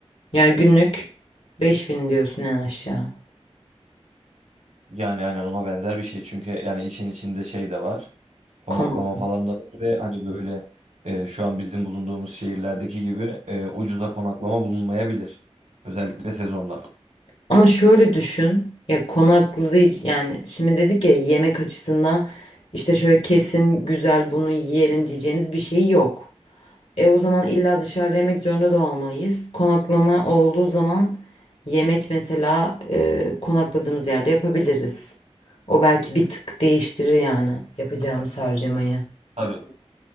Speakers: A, on the left; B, on the right.
A: Yani günlük beş bin diyorsun en aşağı.
B: Yani aynen ona benzer bir şey. Çünkü yani için içinde şey de var. Konaklama
A: Konak.
B: falan da var ve hani böyle e, şu an bizim bulunduğumuz şehirlerdeki gibi e, ucuza konaklama bulunmayabilir. Özellikle sezonda.
A: Ama şöyle düşün. Ya konaklayıcı yani şimdi dedik ya yemek açısından işte şöyle kesin güzel bunu yiyelim diyeceğimiz bir şey yok. E o zaman illa dışarıda yemek zorunda da olmalıyız. Konaklama olduğu zaman yemek mesela e, konakladığımız yerde yapabiliriz. O belki bir tık değiştirir yani yapacağımız harcamayı.
B: Tabii.